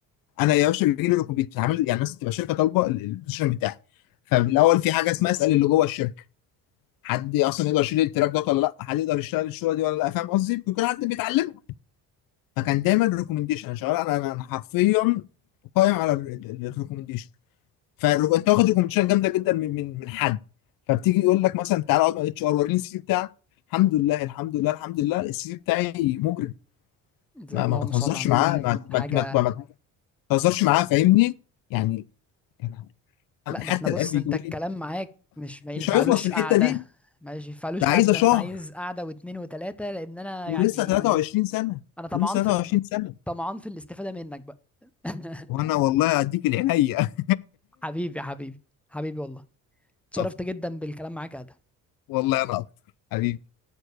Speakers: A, on the left (about 75°); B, in the centre.
A: انا يا باشا بيجي لي ريكو- بيتعمل يعني مثلا تبقى شركه طالبه ال- البوزيشن بتاعي فالاول في حاجه اسمها اسال اللي جوه الشركه حد اصلا يقدر يشيل التراك ده ولا لا حد يقدر يشتغل الشغله دي ولا لا فاهم قصدي بيكون حد بيتعلمه فكان دايما ريكومنديشن انا شغال انا انا أنا حرفيا قائم على الريكومنديشن فالريكو- انت واخد ريكومنديشن جامده جدا من من من حد فبتيجي يقول لك مثلا تعالى اقعد مع الاتش ار وريني السي في بتاعك الحمد لله الحمد لله الحمد لله السي في بتاعي مجرم
B: زي
A: ما
B: اللهم
A: ما تهزرش
B: صل على
A: معاه
B: النبي يعني
A: ما ما
B: حاجه
A: ما, ما تهزرش معاه فاهمني يعني يعني
B: لا
A: حتى
B: ده احنا بص
A: الان بيجيبوا
B: انت الكلام
A: لي
B: معاك مش ما ينفعلوش
A: مش هيخلص في الحته
B: قعدة
A: دي
B: ما ينفعلوش
A: ده عايزه
B: قعدة ده
A: شهر
B: انت عايز قعدة واتنين وتلاتة لان انا
A: ولسه
B: يعني
A: 23 سنه
B: انا طمعان
A: ولسه
B: في
A: 23
B: ال-
A: سنه
B: طمعان في الاستفادة منك بقى <laughs>
A: وانا والله اديك العينيا <laughs>
B: حبيبي حبيبي حبيبي والله اتشرفت
A: طب
B: جدا بالكلام معاك يا ادهم
A: والله انا اكتر حبيبي